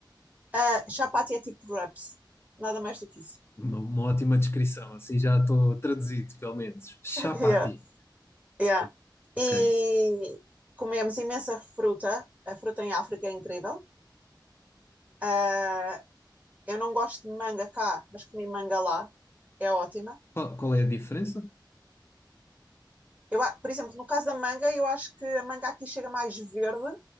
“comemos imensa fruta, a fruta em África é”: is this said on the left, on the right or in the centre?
Right